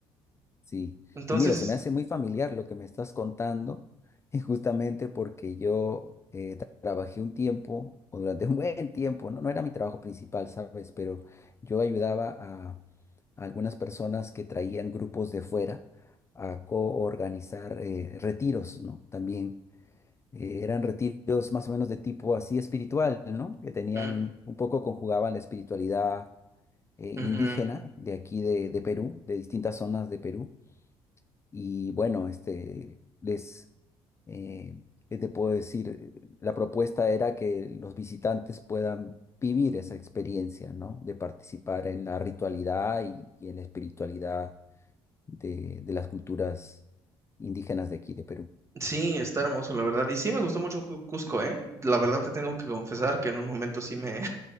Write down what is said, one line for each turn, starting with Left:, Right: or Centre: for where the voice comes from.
Left: sí.
Right: Entonces,
Left: Y mira, se me hace muy familiar lo que me estás contando, <laughs> y justamente porque yo eh, tra- trabajé un tiempo, o durante un buen tiempo, ¿no? No era mi trabajo principal, ¿sabes? Pero yo ayudaba algunas personas que traían grupos de fuera a coorganizar eh, retiros, ¿no? También eh, eran retiros más o menos de tipo así espiritual, ¿no? Que tenían,
Right: mm,
Left: un poco conjugaban la espiritualidad eh, indígena
Right: ujú,
Left: de aquí de, de Perú, de distintas zonas de Perú. Y bueno, este, les, eh, ¿qué te puedo decir? La propuesta era que los visitantes puedan vivir esa experiencia, ¿no? De participar en la ritualidad y y en la espiritualidad de, de las culturas indígenas de aquí, de Perú.
Right: Sí, está hermoso, la verdad. Y sí me gustó mucho Cu- Cusco, ¿eh? La verdad te tengo que confesar que en un momento sí me,